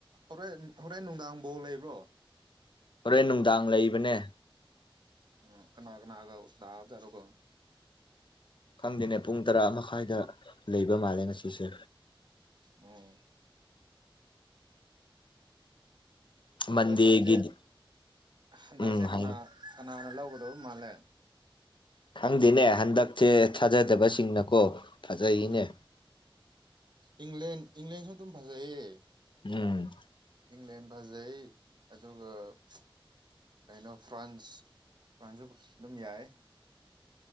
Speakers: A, on the right (about 55°); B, on the left (about 60°).
A: ꯍꯣꯔꯦꯟ ꯍꯣꯔꯦꯟ ꯅꯨꯡꯗꯥꯡ ꯕ‌ꯣꯜ ꯂꯩꯕ꯭ꯔꯣ
B: ꯍꯣꯔꯦꯟ ꯅꯨꯡꯗꯥꯡ ꯂꯩꯕꯅꯦ
A: ꯎꯝ ꯀꯅꯥ ꯀꯅꯥꯒ ꯇꯥꯕꯖꯠꯅꯣꯒꯣ
B: ꯈꯪꯗꯦꯅꯦ ꯄꯨꯡ ꯇꯔꯥ ꯃꯈꯥꯏꯗ ꯂꯩꯕ ꯃꯥꯜꯂꯦ ꯉꯁꯤꯁꯦ
A: ꯑꯣ
B: ꯃꯟꯗꯦꯒꯤꯗꯤ
A: ꯋꯥꯜ ꯀꯞꯖꯦ ꯍꯟꯗꯛꯁꯦ
B: ꯎꯝ ꯍꯥꯏꯌꯨ
A: ꯀꯅꯥ ꯀꯅꯥꯅ ꯂꯧꯒꯗꯕ ꯃꯥꯜꯂꯦ
B: ꯈꯪꯗꯦꯅꯦ ꯍꯟꯗꯛꯆ‌ꯦ ꯊꯥꯖꯗꯕ ꯁꯤꯡꯅꯀꯣ ꯐꯖꯩꯅꯦ
A: ꯎꯝ ꯏꯪꯂꯦꯟ ꯏꯪꯂꯦꯟꯁꯨ ꯑꯗꯨꯝ ꯐꯖꯩꯌꯦ
B: ꯎꯝ
A: ꯏꯪꯂꯦꯟ ꯐꯖꯩ ꯑꯗꯨꯒ <unintelligible> ꯀꯩꯅꯣ ꯐ꯭ꯔꯥꯟꯁ ꯐ꯭ꯔꯥꯟꯁꯖꯨ ꯑꯗꯨꯝ ꯌꯥꯏ